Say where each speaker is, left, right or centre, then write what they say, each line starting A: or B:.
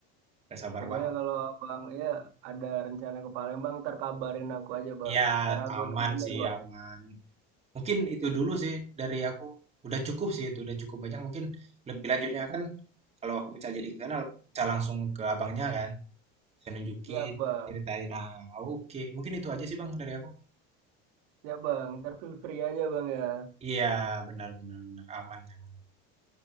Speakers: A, on the right (about 20°); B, on the right (about 75°).
A: Gak sabar
B: Pokoknya
A: banget.
B: kalau abang ya ada rencana ke Palembang, ntar kabarin aku aja Bang.
A: Iya,
B: Ntar aku
A: aman
B: temenin
A: sih,
B: Bang.
A: aman. Mungkin itu dulu sih dari aku. Udah cukup sih itu, udah cukup banyak. Mungkin lebih lanjutnya kan kalau aku misal jadi ke sana bisa langsung ke abangnya kan, bisa nunjukin,
B: Siap Bang,
A: ceritain. Nah, oke. Mungkin itu aja sih Bang dari aku.
B: siap Bang. Ntar feel free aja Bang ya.
A: Iya, benar benar benar aman aman.